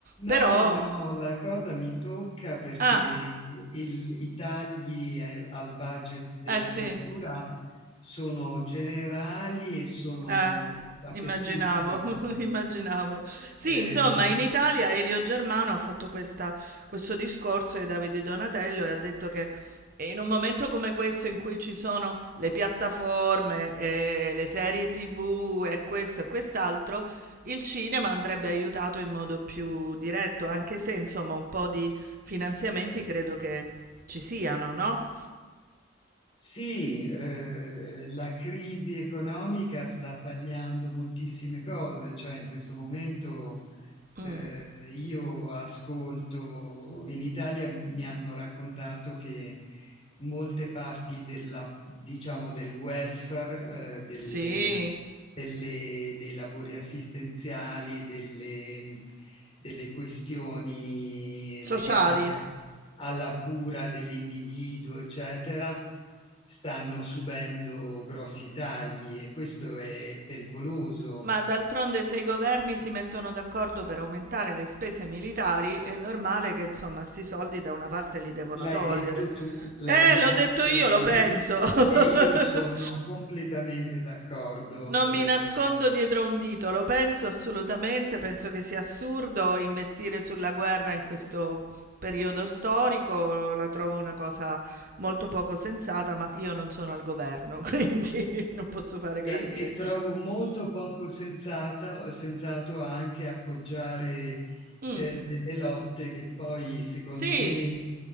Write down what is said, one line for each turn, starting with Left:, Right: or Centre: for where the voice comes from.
Right: Però,
Left: No, no, la cosa mi tocca perché
Right: ah,
Left: il- i tagli ai- al budget della
Right: eh sì.
Left: cultura sono generali e sono
Right: Eh,
Left: dappertutto.
Right: immaginavo, <laughs> immaginavo. Sì,
Left: Eh,
Right: insomma,
Left: in-
Right: in Italia Elio Germano ha fatto questa- questo discorso ai Davide Donatello e ha detto che in un momento come questo in cui ci sono le piattaforme, e le serie TV e questo e quest'altro, il cinema andrebbe aiutato in modo più diretto, anche se, insomma, un po' di finanziamenti credo che ci siano, no?
Left: sì, eh, la crisi economica sta tagliando moltissime cose, cioè in questo momento
Right: Mm,
Left: Eh, io ascolto, in Italia mi hanno raccontato che molte parti della, diciamo, del welfare, eh, delle,
Right: sì,
Left: delle- dei lavori assistenziali, delle, delle questioni
Right: sociali.
Left: legate a alla cura dell'individuo, eccetera, stanno subendo grossi tagli e questo è pericoloso
Right: Ma d'altronde se i governi si mettono d'accordo per aumentare le spese militari, è normale che insomma 'sti soldi da una parte li devono
Left: L'hai
Right: togliere.
Left: detto tu, l'hai
Right: Eh,
Left: detto
Right: l'ho detto
Left: tu
Right: io,
Left: e
Right: lo
Left: io,
Right: penso. <laughs>
Left: e io sono completamente d'accordo
Right: Non
Left: eh,
Right: mi nascondo dietro un dito, lo penso assolutamente, penso che sia assurdo investire sulla guerra in questo periodo storico, la trovo una cosa molto poco sensata, ma io non sono al governo, quindi <laughs> non posso fare granché.
Left: e, e trovo molto poco sensata- sensato anche appoggiare
Right: Mh,
Left: eh, delle lotte che poi, secondo
Right: sì.
Left: me,